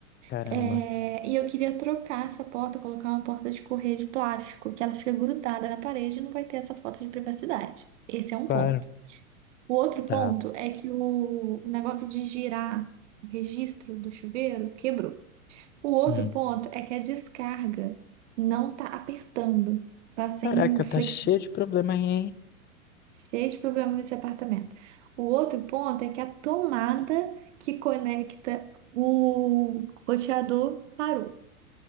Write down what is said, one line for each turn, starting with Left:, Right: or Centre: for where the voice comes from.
Left: Caramba,
Right: É, e eu queria trocar essa porta, colocar uma porta de correr de plástico, que ela fica grudada na parede e não vai ter essa falta de privacidade. Esse é um
Left: claro,
Right: ponto. O outro
Left: tá.
Right: ponto é que o, o negócio de girar o registro do chuveiro quebrou. O outro
Left: Hum.
Right: ponto é que a descarga não tá apertando, tá sem
Left: Caraca,
Right: flex...
Left: tá cheio de problema aí, hein?
Right: cheio de problema nesse apartamento. O outro ponto é que a tomada que conecta o roteador parou.